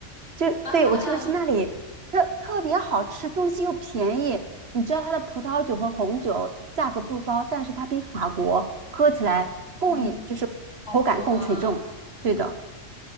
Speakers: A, on the right; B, on the left.
A: 就对我去的是那里，
B: 啊，
A: 特特别好吃，东西又便宜。你知道它的葡萄酒和红酒价格不高，但是它比法国喝起来更就是口感更纯正。
B: <laughs> 嗯，好喝吗？
A: 对的，